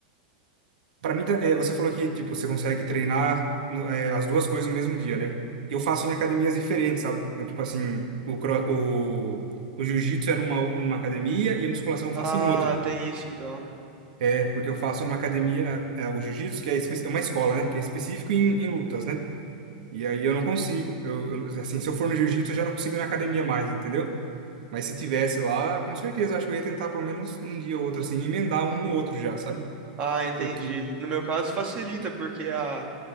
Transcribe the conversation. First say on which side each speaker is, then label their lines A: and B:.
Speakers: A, on the right; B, on the right.
A: Pra mim, tá- é, você falou que, tipo, você consegue treinar no- é, as duas coisas no mesmo dia, né? Eu faço em academias diferentes, sabe? Então, tipo assim, o, cro- o, o jiu-jitsu é numa, numa academia e a musculação eu
B: ah,
A: faço em outra.
B: tem isso então.
A: É, porque eu faço numa academia, é, o jiu-jitsu, que é espe- é uma escola, né? Que é específico em, em lutas, né? E aí eu não consigo. Eu, eu- assim, se eu for no jiu-jitsu, eu já não consigo ir na academia mais, entendeu? Mas se tivesse lá, com certeza, acho que eu ia tentar pelo menos um dia ou outro, assim, emendar um no outro já, sabe?
B: Ah, entendi.
A: Porque,
B: No meu caso, facilita, porque a,